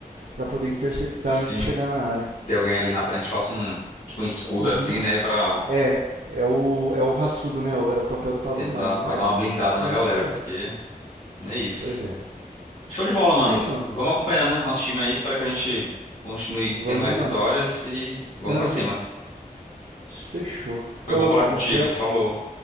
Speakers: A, on the right; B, on the left.
A: pra poder interceptar
B: sim.
A: antes de chegar na área.
B: Ter alguém ali na frente que faça um, tipo, um escudo
A: Uhum.
B: assim, né? Pra,
A: É, é o, é o raçudo, né? o- Era o papel do Pablo
B: exato,
A: Maia. Mas
B: pra dar uma blindada na
A: vamos
B: galera,
A: esperar.
B: porque é isso.
A: Pois é.
B: Show de bola, mano.
A: É isso, mano.
B: Vamos acompanhando nosso time aí. Espero que a gente continue
A: Vamos
B: tendo mais
A: indo
B: vitórias
A: lá.
B: e vamos
A: Aham.
B: pra cima.
A: Fechou. Falou,
B: Foi bom falar
A: cara.
B: contigo.
A: Até a-
B: Falou.